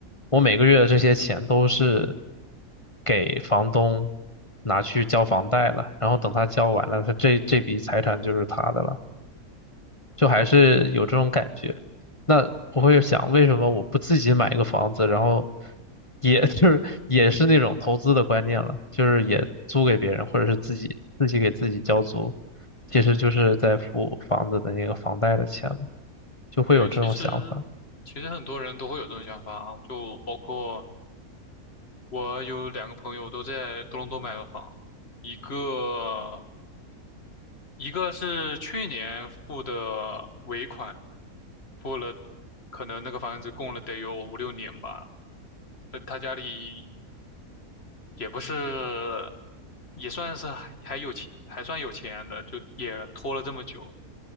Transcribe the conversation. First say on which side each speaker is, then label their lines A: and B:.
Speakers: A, on the left; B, on the left.
A: 我每个月的这些钱都是给房东拿去交房贷了，然后等他交完了，他这这笔财产就是他的了。就还是有这种感觉。那我会想，为什么我不自己买一个房子，然后也 <laughs> 就是也是那种投资的观念了，就是也租给别人，或者是自己自己给自己交租，其实就是在付房子的那个房贷的钱了，就会有这种想法，
B: 对，其实其实很多人都会有这种想法啊，就包括我有两个朋友都在多伦多买了房，一个一个是去年付的尾款，付了可能那个房子供了得有五六年吧，但他家里也不是，也算是还还有钱，还算有钱的，就也拖了这么久。